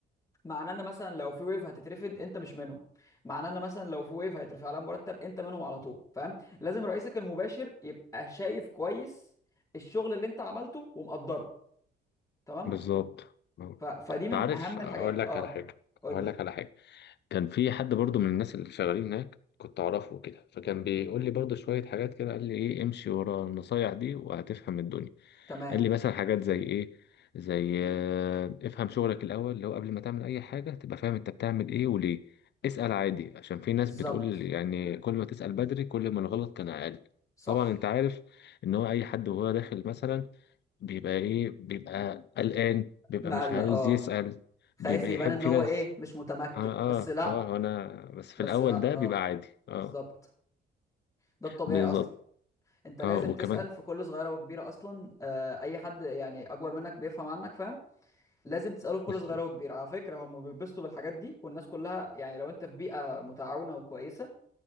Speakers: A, on the left; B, on the left.
A: معناه ان مثلا لو في ويف هتترفد انت مش منهم معناه ان مثلا لو في ويف هيترفع لها مرتب انت منهم على طول فاهم لازم رئيسك المباشر يبقى شايف كويس الشغل اللي انت عملته ومقدره تمام
B: بالظبط اه
A: ف... فدي من
B: تعرف
A: اهم الحاجات
B: اقول لك
A: اه
B: على حاجه
A: قول
B: اقول
A: لي
B: لك على حاجه كان في حد برضو من الناس اللي شغالين هناك كنت اعرفه كده فكان بيقول لي برضو شوية حاجات كده قال لي ايه امشي ورا النصايح دي وهتفهم الدنيا
A: تمام
B: قال لي مثلا حاجات زي ايه زي آه، افهم شغلك الاول اللي هو قبل ما تعمل اي حاجة تبقى فاهم انت بتعمل ايه وليه اسأل عادي عشان في ناس
A: بالظبط
B: بتقول يعني كل ما تسأل بدري كل ما الغلط كان اقل
A: صح
B: طبعا انت عارف ان هو اي حد وهو داخل مثلا بيبقى ايه بيبقى قلقان بيبقى
A: مقلق
B: مش عايز
A: اه
B: يسأل
A: خايف
B: بيبقى
A: يبان
B: يحب
A: ان
B: في
A: هو
B: ناس
A: ايه مش متمكن
B: اه اه
A: بس لا
B: اه انا بس في
A: بس
B: الاول
A: لا
B: ده
A: اه
B: بيبقى عادي اه
A: بالظبط ده الطبيعي
B: بالظبط
A: اصلا انت لازم
B: اه وكمان
A: تسأل في كل صغيرة وكبيرة اصلا آه اي حد يعني اكبر منك بيفهم عنك فاهم لازم تسأله في كل
B: بس
A: صغيرة وكبيرة على فكرة هم بيتبسطوا بالحاجات دي والناس كلها يعني لو انت في بيئة متعاونة وكويسة